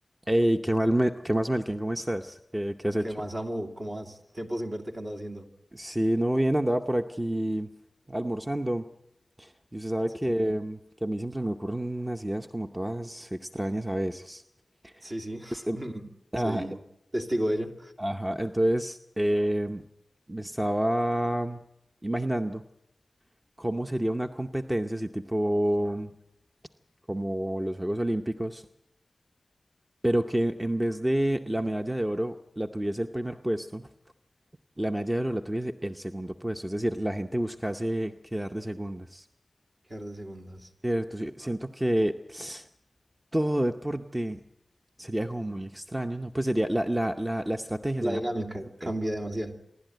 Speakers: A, on the right (about 35°); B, on the right (about 65°).
A: Hey, qué mal me- qué más, Melkin, ¿cómo estás? ¿Qué, qué has hecho?
B: ¿Qué más, Samu? ¿Cómo vas? Tiempo sin verte, ¿qué andas haciendo?
A: Sí, no, bien, andaba por aquí almorzando. Y usted sabe
B: Sí,
A: que,
B: sí.
A: mm, que a mí siempre me ocurren unas ideas como todas extrañas a veces.
B: Sí, sí.
A: Es, em,
B: <laughs>
A: ajá,
B: Soy
A: eh,
B: testigo de ello.
A: ajá, entonces eh, me estaba imaginando cómo sería una competencia así tipo como los Juegos Olímpicos, pero que en vez de la medalla de oro la tuviese el primer puesto la medalla de oro la tuviese el segundo puesto, es decir, la gente buscase quedar de segundas,
B: Quedar de segundas.
A: ¿cierto? Sí, Siento que todo deporte sería como muy extraño, ¿no? Pues sería, la, la, la, la estrategia
B: La
A: sería
B: dinámica
A: muy diferente.
B: cambia demasiado.